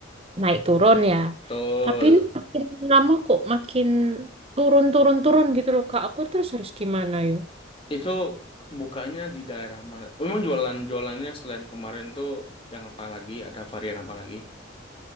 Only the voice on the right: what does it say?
naik turun ya.
Tapi ini makin lama kok makin turun turun turun gitu loh kak. Aku terus harus gimana yuk?